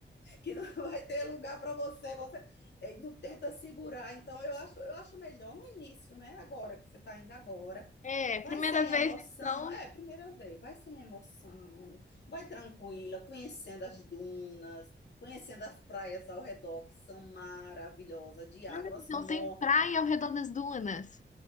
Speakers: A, on the left (about 60°); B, on the left (about 40°).
A: que não vai ter lugar para você, você eh, não tenta segurar. Então, eu acho, eu acho melhor no início, né? Agora que você está indo agora.
B: É,
A: Vai
B: primeira
A: sem
B: vez,
A: emoção,
B: então.
A: é, primeira vez, vai sem emoção, vai tranquila, conhecendo as dunas, conhecendo as praias ao redor, que são maravilhosas, de águas
B: Ah, então
A: mornas.
B: tem praia ao redor das dunas.